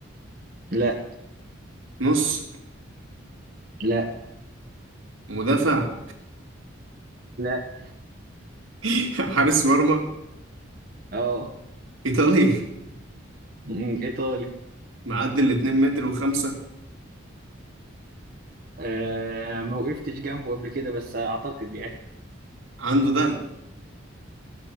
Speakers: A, on the right; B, on the right.
A: لا
B: نص
A: لا
B: مدافع
A: لا
B: <laughs> حارس مرمى
A: اه
B: ايطالي
A: م- ايطالي
B: معدي الاتنين متر وخمسة
A: آه ما وقفتش جنبه قبل كده بس اعتقد يعني
B: عنده دقن